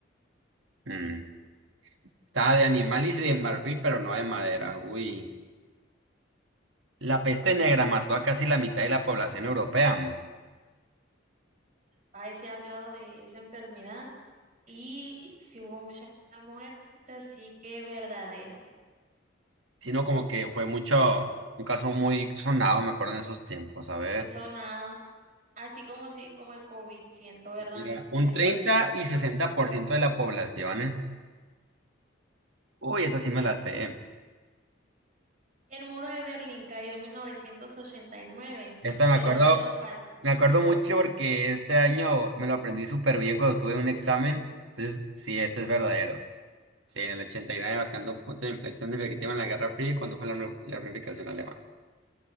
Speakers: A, on the right (about 75°); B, on the right (about 45°).
A: Mm. Estaba de animal y de marfil, pero no de madera. Uy. La peste negra mató a casi la mitad de la población europea,
B: Ahí se ha hablado de esa enfermedad y si hubo muchas muertes, así que verdadero,
A: sino como que fue mucho, un caso muy sonado, me acuerdo en esos tiempos. A ver.
B: muy sonado, así como si como el COVID, siento, ¿verdad?
A: Era un
B: En ese
A: 30
B: entonces.
A: y 60% de la población. ¿eh? Uy, esta sí me la sé.
B: El muro de Berlín cayó en 1989,
A: Esta
B: verdadero
A: me acuerdo,
B: o falso.
A: me acuerdo mucho porque este año me lo aprendí súper bien cuando tuve un examen. Entonces, sí, este es verdadero. Sí, en el 89 marcando
B: Mm,
A: un punto de inflexión definitiva en la Guerra Fría y condujo a la, nu- la unificación alemana.